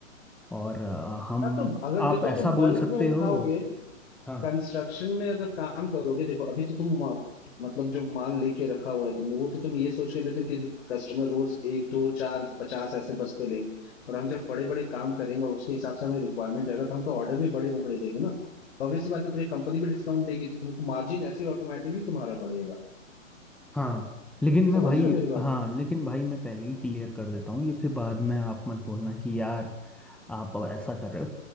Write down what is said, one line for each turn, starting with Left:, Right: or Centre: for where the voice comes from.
Centre: और अ, हम
Left: हाँ तो अगर देखो
Centre: आप ऐसा
Left: तुम बल्क
Centre: बोल सकते
Left: में उठाओगे
Centre: हो हाँ
Left: कंस्ट्रक्शन में अगर काम करोगे देखो अभी तो तुम मा- मतलब जो माल लेके रखा हुआ है तुमने वो तो तुम ये सोच के लेते हो कि कस्टमर रोज एक दो चार पचास ऐसे बस्ते लेंगे और हम जब बड़े बड़े काम करेंगे और उसके हिसाब से हमें रिक्वायरमेंट रहेगा तो हम तो ऑर्डर भी बड़े बड़े देंगे ना तो ऑब्वियस सी बात है तुम्हें कंपनी भी डिस्काउंट देगी तो तुमको मार्जिन ऐसे ही ऑटोमेटिकली तुम्हारा बढ़ेगा
Centre: हाँ लेकिन मैं
Left: समझ
Centre: भाई
Left: रहे हो मेरी बात
Centre: हाँ लेकिन भाई मैं पहले ही क्लियर कर देता हूँ ये फिर बाद में आप मत बोलना कि यार आप ऐसा कर रहे हो